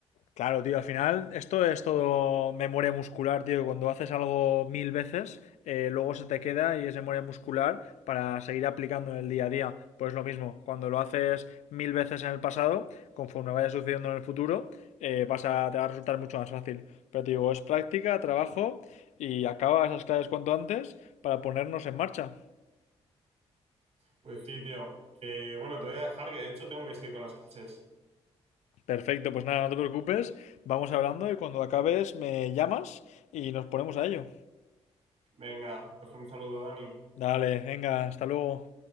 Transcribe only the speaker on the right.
Pues sí, tío, que bueno, te voy a dejar, que de hecho tengo que seguir con las clases.
Venga, pues un saludo Dani.